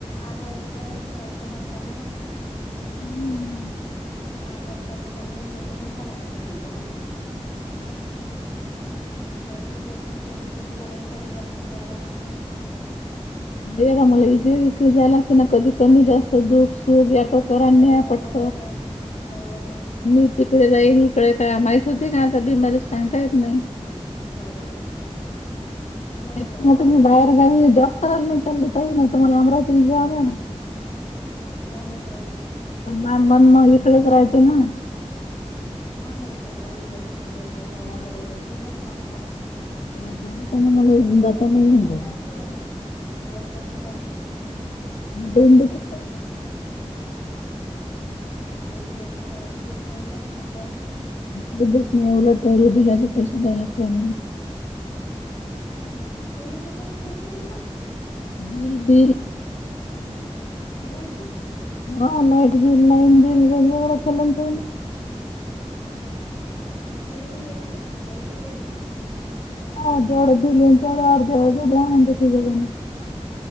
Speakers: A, on the left; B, on the left.
A: आठ वाजेपर्यंत कस्टमर चालू राहित.
B: हम्म हम्म.
A: आठ वाजता दुकान बंद करून जाय लागतंय मग घरी इथून.
B: हाव.
A: पण तिथं तिच्या तिथं तुला आईकडे लक्ष द्याय लागते ना? <inaudible>
B: हेच आम्हाला इथे विक्रीला जायला लागते ना, कधी कमी जास्त दुख सुख या टोकावर
A: हो
B: न्याय पटक
A: मग काय तर, हो ना.
B: मी तिकडे जाईन इकडे का माहीत होते का? आता बीमारी सांगता येत नाही.
A: नाही. बरोबर
B: य
A: आहे
B: मग तुम्ही बाहेर गावी जॉब करायला नाही चालतही, नाही तर मला अमरावती जॉब आहे.
A: हो न बाई.
B: पण मा मन मग इकडेच राहते ना.
A: पण एक तर भाऊ लक्ष नाही देत आहे,
B: हा
A: इकडे तुलाच पाहाव लाग हो.
B: त्यानं मला
A: तुमचा खर्च
B: जाता नाही
A: कसा
B: येऊन जात
A: चालते हो मग. घर कसं चालतं?
B: <unintelligible>
A: भाऊ एक रुपयाे बी देत नाही का खर्चाला.
B: काही देत नाही, उलट बिलाचे पैसे द्याय लागते.
A: तेन कशाचे पैसे द्या लागते.
B: Bill bill.
A: बिलाची.
B: आं लाईट बिल लाईन बिल वेगवेगळा केलन त्याने.
A: ते बी वेगळं, तेच वेगळं.
B: हं.. जेवढ बिंलीग तेवढं, अर्धावर द्या म्हणतात तिघेजण आहे.